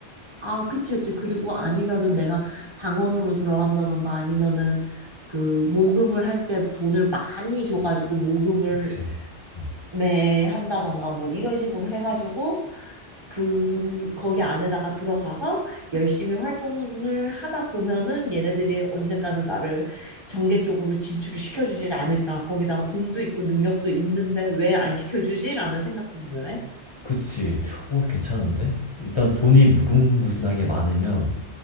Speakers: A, on the right; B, on the left.
A: 아, 그치, 그치. 그리고 아니면은 내가 당원으로 들어간다던가 아니면은 그 모금을 할 때 돈을 많이 줘가지고 모금을
B: 그치. 어,
A: 매 한다던가 뭐 이런 식으로 해가지고 그, 거기 안에다가 들어가서 열심히 활동을 하다 보면은 얘네들이 언젠가는 나를 정계 쪽으로 진출을 시켜주지 않을까. 거기다가 돈도 있고 능력도 있는데 왜 안 시켜주지? 라는 생각도 드네.
B: 그치. 오, 괜찮은데? 일단 돈이 무궁무진하게 많으면